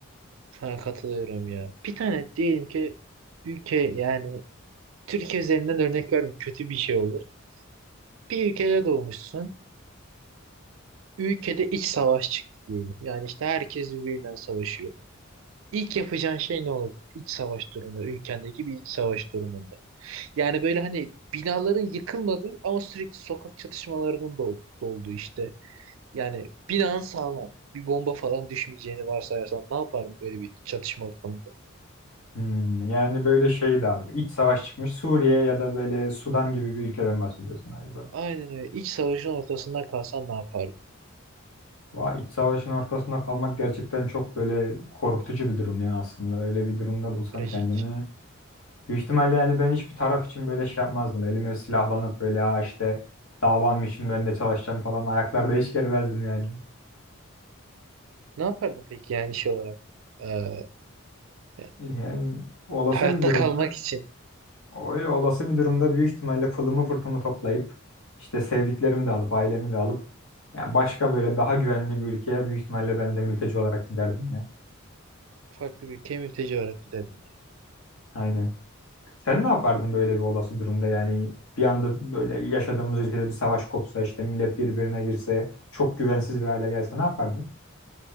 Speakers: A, on the right; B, on the left.
A: Sana katılıyorum ya. Bir tane diyelim ki ülke yani Türkiye üzerinden örnek vermem kötü bir şey olur. Bir ülkede doğmuşsun. Ülkede iç savaş çıktı diyelim. Yani işte herkes birbirinden savaşıyor. İlk yapacağın şey ne olur? İç savaş durumunda, ülkendeki bir iç savaş durumunda. Yani böyle hani binaların yıkılmadığı ama sürekli sokak çatışmalarının da ol- olduğu işte. Yani binan sağlam. Bir bomba falan düşmeyeceğini varsayarsan ne yapardın böyle bir iç çatışma ortamında?
B: Hmm, yani böyle şeydi abi. İç savaş çıkmış Suriye ya da böyle Sudan gibi bir ülkeden bahsediyorsun galiba.
A: Aynen öyle. İç savaşın ortasında kalsan ne yapardın?
B: Vay iç savaşın ortasında kalmak gerçekten çok böyle korkutucu bir durum ya aslında. Öyle bir durumda
A: Çok
B: bulsam
A: trajik.
B: kendimi. Büyük ihtimalle yani ben hiçbir taraf için böyle şey yapmazdım. Elime silahlanıp böyle ha işte davam için ben de çalışacağım falan ayaklarda hiç germezdim yani.
A: Ne yapardın peki yani şey olarak? Ee, ya,
B: Yani olası
A: hayatta
B: bir durumda
A: kalmak için
B: Öyle olası bir durumda büyük ihtimalle pılımı pırtımı toplayıp işte sevdiklerimi de alıp ailemi de alıp ya başka böyle daha güvenli bir ülkeye büyük ihtimalle ben de mülteci olarak giderdim ya.
A: farklı bir ülkeye mülteci olarak giderdin.
B: Aynen. Sen ne yapardın böyle bir olası durumda? Yani bir anda böyle yaşadığımız ülkede bir savaş kopsa işte millet birbirine girse çok güvensiz bir hale gelse ne yapardın?